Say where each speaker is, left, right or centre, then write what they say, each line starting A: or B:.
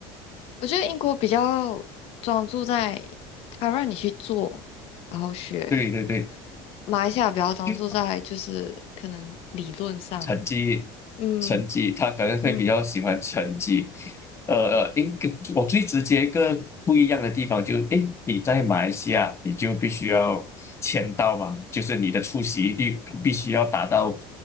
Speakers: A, on the left (about 60°); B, on the left (about 25°).
A: 我觉得英国比较专注在他让你去做，然后学。
B: 对对对，
A: 马来西亚比较专注在就是可能理论上，
B: 就。成绩，
A: 嗯
B: 成绩，他可能会比较喜欢成绩。
A: 嗯，
B: 呃呃，应该我最直接一个不一样的地方就是，诶，你在马来西亚，你就必须要签到嘛，就是你的出席率必须要达到